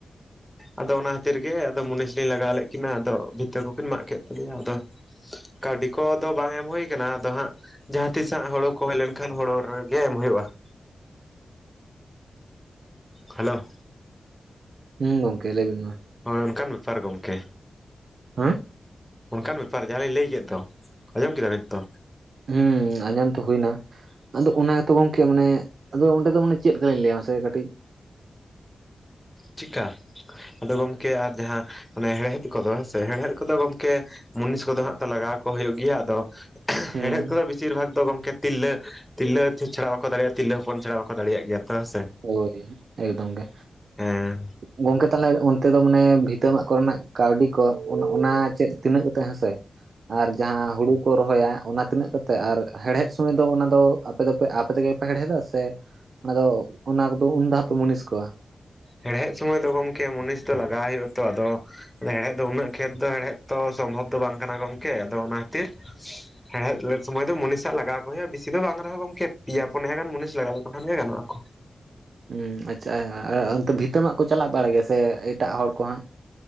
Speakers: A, in the centre; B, on the right.
A: ᱟᱫᱚ ᱚᱱᱟ ᱠᱷᱟᱹᱛᱤᱨ ᱜᱮ ᱟᱫᱚ ᱢᱩᱱᱤᱥᱤᱧ ᱞᱟᱜᱟᱣ ᱞᱮᱫ ᱠᱤᱱᱟ ᱟᱫᱚ ᱵᱷᱤᱛᱤᱨ ᱠᱚᱠᱤᱱ ᱢᱟᱜ ᱠᱮᱫ ᱟᱫᱚ ᱠᱟᱹᱣᱰᱤ ᱠᱚᱫᱚ ᱵᱟᱝ ᱮᱢ ᱦᱩᱭᱩ ᱠᱟᱱᱟ ᱟᱫᱚ ᱦᱟᱸᱜ ᱡᱟᱦᱟᱸ ᱛᱤᱥᱟᱸᱜ ᱦᱳᱲ ᱠᱚ ᱦᱩᱭ ᱞᱮᱱᱠᱷᱟᱱ ᱦᱲᱚ ᱨᱮᱜᱮ ᱮᱢ ᱦᱳᱭᱳᱜᱼᱟ ᱾ ᱦᱮᱞᱳ᱾
B: ᱦᱩᱸ ᱜᱚᱝᱠᱮ ᱞᱮᱵᱤᱱ ᱢᱟ᱾
A: ᱦᱳᱭ ᱚᱝᱠᱟᱱ ᱵᱮᱯᱟᱨ ᱜᱚᱝᱠᱮ᱾
B: ᱟᱸ᱾
A: ᱚᱱᱠᱟᱱ ᱵᱮᱯᱟᱨ ᱡᱟᱦᱟᱸ ᱞᱤᱧ ᱞᱟᱹᱭ ᱠᱮᱫ ᱫᱚ ᱟᱸᱡᱚᱢ ᱠᱮᱫᱟ ᱵᱮᱤᱱ ᱛᱚ᱾
B: ᱦᱮᱸ ᱟᱸᱡᱚᱢ ᱛᱚ ᱦᱩᱭᱱᱟ᱾ ᱟᱫᱚ ᱚᱱᱟ ᱜᱮᱛᱚ ᱜᱚᱝᱠᱮ ᱢᱟᱱᱮ ᱟᱫᱚ ᱚᱸᱰᱮ ᱫᱚ ᱢᱟᱱᱮ ᱪᱮᱫ ᱞᱮᱠᱟ ᱞᱤᱧ ᱞᱟᱹᱭᱟ ᱥᱮ ᱠᱟᱹᱴᱤᱡ
A: ᱪᱤᱜᱠᱟ, ᱟᱫᱚ ᱜᱚᱢᱠᱮ ᱟᱨ ᱡᱟᱦᱟᱸ ᱚᱱᱮ ᱦᱮᱲᱦᱮᱫ ᱠᱚᱫᱚ ᱦᱮᱲᱦᱮᱫ ᱠᱚᱫᱚ ᱜᱚᱢᱠᱮ ᱢᱩᱱᱤᱥ ᱠᱚᱫᱚ ᱦᱟᱜ ᱛᱚ ᱞᱟᱜᱟᱣ ᱠᱚ ᱦᱩᱭᱩᱜ ᱜᱮᱭᱟ ᱟᱫᱚ
B: ᱦᱩᱸ
A: ᱦᱮᱲᱦᱮᱫ ᱠᱚᱫᱚ ᱵᱮᱥᱤᱨ ᱵᱷᱟᱜ ᱫᱚ ᱜᱚᱢᱠᱮ ᱛᱤᱨᱞᱟᱹ ᱛᱤᱨᱞᱟᱹ ᱪᱷᱟᱹ-ᱪᱷᱟᱲᱟ ᱵᱟᱠᱚ ᱫᱟᱲᱮᱜᱼᱟ ᱛᱤᱨᱞᱟᱹ ᱦᱚᱯᱚᱱ ᱪᱷᱟᱲᱟ ᱵᱟᱠᱚ ᱫᱟᱲᱮᱭᱟᱜ ᱜᱮᱭᱟ ᱛᱚ ᱦᱮᱸ ᱥᱮ᱾
B: ᱦᱳᱭ ᱮᱠᱫᱚᱢ ᱜᱮ,
A: ᱦᱮᱸ
B: ᱜᱚᱝᱠᱮ ᱛᱟᱦᱞᱮ ᱩᱱ ᱛᱮᱫ ᱫᱚ ᱢᱟᱱᱮ ᱵᱷᱤᱛᱟᱹ ᱢᱟᱜ ᱠᱚᱨᱮᱱᱟᱜ ᱠᱟᱹᱣᱰᱤ ᱠᱚ ᱚ-ᱚᱱᱟ ᱪᱮᱫ ᱛᱤᱱᱟᱹᱜ ᱠᱟᱛᱮᱜ ᱦᱮᱸᱥᱮ? ᱟᱨ ᱡᱟᱦᱟᱸ ᱦᱩᱲᱩ ᱠᱚ ᱨᱚᱦᱚᱭᱟ ᱚᱱᱟ ᱛᱤᱱᱟᱹᱜ ᱠᱟᱛᱮᱜ ᱟᱨ ᱦᱮᱲᱦᱮᱫ ᱥᱚᱢᱚᱭ ᱫᱚ ᱚᱱᱟ ᱫᱚ ᱟᱯᱮ ᱫᱚ ᱯᱮ ᱟᱯᱮ ᱛᱮᱜᱮ ᱯᱮ ᱦᱮᱲᱦᱮᱫᱟ ᱥᱮ ᱚᱱᱟᱫᱚ ᱚᱱᱟ ᱠᱚᱫᱚ ᱩᱱ ᱫᱷᱟᱣᱯᱮ ᱢᱩᱱᱤᱥ ᱠᱚᱣᱟ?
A: ᱦᱮᱲᱦᱮᱫ ᱥᱚᱢᱚᱭ ᱫᱚ ᱜᱚᱢᱠᱮ ᱢᱩᱱᱤᱥ ᱫᱚ ᱞᱟᱜᱟᱣ ᱦᱩᱭᱩᱜᱼᱟ ᱛᱚ ᱟᱫᱚ ᱟᱫᱚ ᱦᱮᱲᱦᱮᱫ ᱫᱚ ᱩᱱᱟᱹᱜ ᱠᱷᱮᱛ ᱫᱚ ᱦᱮᱲᱦᱮᱫ ᱛᱚ ᱥᱚᱢᱵᱷᱚᱵ ᱫᱚ ᱵᱟᱝ ᱠᱟᱱᱟ ᱜᱚᱝᱠᱮ ᱟᱫᱚ ᱚᱱᱟ ᱠᱷᱟᱹᱛᱤᱨ ᱦᱮᱲᱦᱮᱫ ᱥᱚᱢᱚᱭ ᱫᱚ ᱢᱩᱱᱤᱥᱟᱜ ᱞᱟᱜᱟᱣ ᱠᱚ ᱦᱩᱭᱩᱜᱼᱟ ᱵᱮᱥᱤ ᱫᱚ ᱵᱟᱝ ᱨᱮᱦᱚᱸ ᱜᱚᱝᱠᱮ ᱯᱮᱭᱟ ᱯᱩᱱᱭᱟ ᱜᱟᱱ ᱢᱩᱱᱤᱥ ᱞᱟᱜᱟᱣ ᱞᱮᱠᱚ ᱠᱷᱟᱱ ᱜᱮ ᱜᱟᱱᱚᱜᱼᱟ ᱠᱚ᱾
B: ᱩᱸ ᱟᱪᱪᱷᱟ ᱚᱱᱛᱮ ᱵᱷᱤᱛᱟᱹ ᱢᱟᱜ ᱠᱚ ᱪᱟᱞᱟᱜ ᱵᱟᱲᱟᱭ ᱜᱮᱭᱟ ᱥᱮ ᱮᱴᱟᱜ ᱦᱚᱲ ᱠᱚ ᱦᱟᱸᱜ?